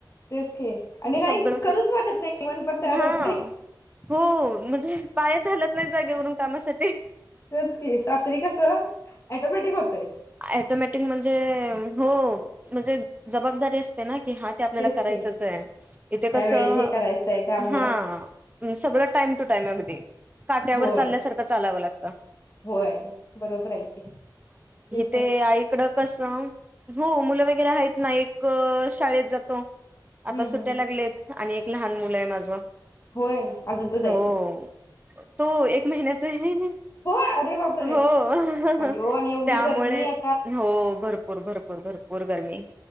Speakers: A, on the left; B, on the right.
A: तेच की आणि नाही
B: सगळं
A: करूच
B: फि
A: वाटत नाही मन पण तयार
B: हा
A: होत नाही.
B: हो म्हणजे पाय चालत नाही जागेवरून कामासा
A: तेच कि सासरी कस अँटोमॅटिक होतंय.
B: अँटोमॅटिक म्हणजे अ हो म्हणजे जबाबदारी असते ना की हा ते आपल्याला
A: तेच
B: करायचच
A: की
B: आहे. इथे
A: ह्या
B: कसं
A: वेळेत हे करायचंय त्यामुळं
B: हा सगळ टाइम टू टाइम अगदी काट्यावर
A: होय
B: चालल्या सारखं चा लाव लागतं.
A: होय बरोबर आहे की. ते
B: ते आईकडं कसं हो मुलं वगैरे आहेत ना. एक क शाळेत जातो. आता
A: हम्म
B: सुटया
A: हम्म हम्म
B: लागलेत आणि एक लहान मुलं हाय माझं
A: होय अजून तो जायच
B: हो
A: नाही
B: तो एक महिन्याचं आहे.
A: होय अरे बाप रे
B: हो
A: आयो आणि एवढी
B: त्यामुळे
A: गरमीआय
B: हो भरपूर भरपूर भरपूर भरपूर गर्मी